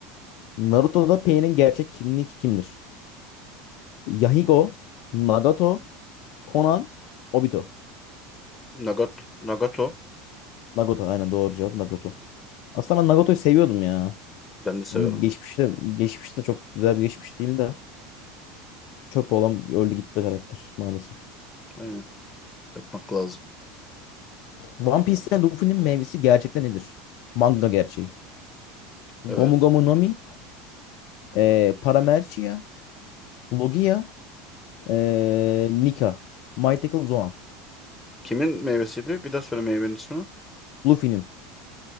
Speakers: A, on the left; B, on the left.
A: Naruto'da Pain'in gerçek kimliği kimdir? Yahiko, Nagato, Konan, Obito.
B: Nagato. Nagato.
A: Nagato aynen doğru cevap Nagato. Aslında ben Nagato'yu seviyordum ya.
B: Ben de severim.
A: Onun geçmişte geçmişte çok güzel bir geçmiş değil de çöp olan öldü gitti karakter maalesef.
B: Aynen. Yapmak lazım.
A: One Piece'te Luffy'nin meyvesi gerçekten nedir? Manga gerçeği.
B: Evet.
A: Gomu Gomu Nami, e, Paramercia, Logia, e, Nika, Mythical Zoan.
B: Kimin meyvesiydi? Bir daha söyle meyvenin ismini.
A: Luffy'nin.